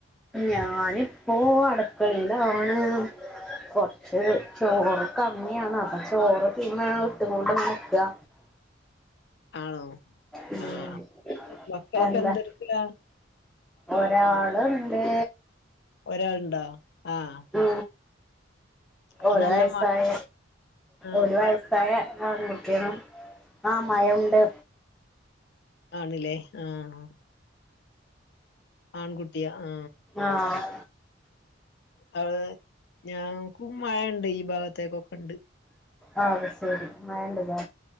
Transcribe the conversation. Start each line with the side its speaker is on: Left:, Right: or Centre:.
Centre: ഞാനിപ്പോ അടക്കളയിലാണ് കൊറച്ച് കുറച്ച് ചോറ് കമ്മിയാണ് അപ്പൊ ചോറ് തിന്നാൻ ഇട്ട് കൊണ്ട് നികാ
Left: ആണോ
Centre: ഉ
Left: ആഹ് മക്കളൊക്കെ
Centre: എന്താ
Left: എന്തെടുക്കലാ
Centre: ഒരാള്ണ്ട്.
Left: ഒരാളുണ്ടോ ആഹ്
Centre: ഉ
Left: അത്
Centre: ഒരു
Left: നല്ല
Centre: വയസായ
Left: മഴ ആഹ്
Centre: ഒരു വയസ്സ്
Left: മഴ
Centre: ആയ ആൺകുട്ടി ആണ് ആ മഴ ഉണ്ട്
Left: ആണില്ലേ ആഹ് ആൺകുട്ടിയ ആ
Centre: ആഹ്
Left: അവള് ഞങ്ങക്കും മഴുണ്ട് ഈ ഭാഗത്തേക്കൊക്കെ ഉണ്ട്
Centre: അഹ് ശെരി മഴ ഉണ്ട് ല്ലേ